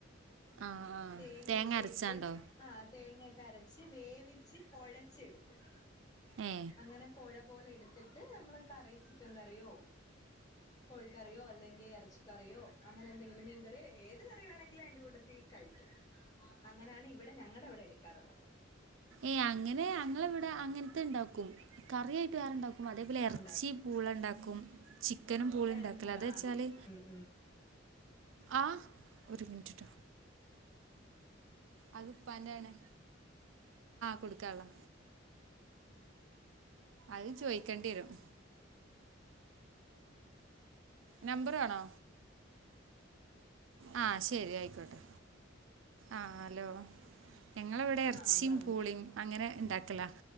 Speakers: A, on the right (about 75°); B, on the left (about 20°).
A: ആ ആ
B: തേങ്ങക്കെ
A: തേങ്ങ അരച്ചാണ്ടോ
B: ഇട്ട് ആഹ് തേങ്ങക്കരച്ച് വേവിച്ച് കുഴച്ചെടുക്കും
A: ഏ
B: അങ്ങന കോഴ- പോലെ എടുത്തിട്ട് നമ്മള് കറി ചിക്കൻ കറിയോ കോഴിക്കറിയോ അല്ലെങ്കി എറച്ചി- കറിയോ അങ്ങനെ എന്തെങ്കിലും മീൻ കറിയോ ഏത് കറി വേണെങ്കിലും അയ്ന്റോട്ടത്തി കഴിക്കാം. അങ്ങനാണ് ഇവിടെ ഞങ്ങടെ അവിടെ എടുക്കാറള്ളത്.
A: ഏഹ് അങ്ങനെ ഞങളിവ്ടെ അങ്ങൻത്തെ ണ്ടാക്കും കറിയായിട്ട് വേറെണ്ടാക്- അതേപോലെ എർച്ചി
B: ഉണ്ടാക്കും
A: പൂളണ്ടാക്കും ചിക്കനും പൂളണ്ടാക്കിൽ
B: എറക്കി പൂള
A: അത് വെച്ചാല്
B: ആ ഉം ഉം
A: ആഹ് ഒരു മിനിറ്റ് ട്ടോ. അത് പ്പാന്റെ ആണ് കൊടുക്കാള്ളാ. അത് ചോയിക്കേണ്ടി വരും നമ്പറ് വേണോ? ആ ശരി ആയിക്കോട്ടെ. ആഹ് അലോ ഞങ്ങൾവ്ടെ എർചീം
B: ആഹ് പറഞ്ഞോ
A: പൂളേം. അങ്ങനെ ണ്ടാക്കലാ